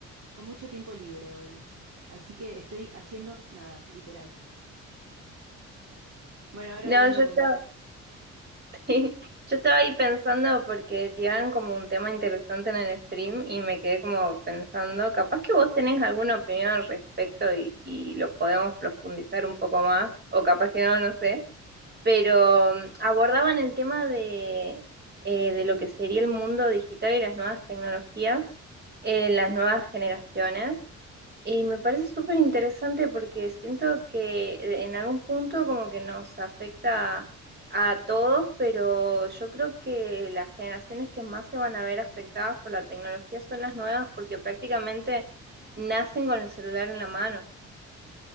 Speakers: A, on the right; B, on the right.
A: con mucho tiempo libre hoy, así que estoy haciendo nada, literal. Bueno, ahora
B: No,
A: hablando
B: yo
A: con
B: estaba,
A: vos.
B: <laughs> sí, yo estaba ahí pensando porque tiraban como un tema interesante en el stream y me quedé como pensando, capaz que vos tenés alguna opinión al respecto y, y lo podemos profundizar un poco más, o capaz que no, no sé. Pero mm, abordaban el tema de, eh, de lo que sería el mundo digital y las nuevas tecnologías en las nuevas generaciones. Y me parece súper interesante porque siento que eh, en algún punto como que nos afecta a todos, pero yo creo que las generaciones que más se van a ver afectadas por la tecnología son las nuevas porque prácticamente nacen con el celular en la mano.